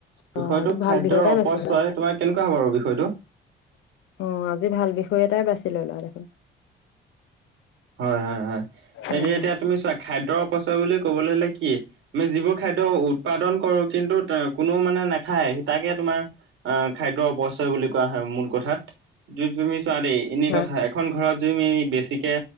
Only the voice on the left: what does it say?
অ আজি
ভাল বিষয় এটাই
বাচিলা
অ', আজি ভাল বিষয় এটাই বাছি লৈ ললা দেখোন
উম
হয়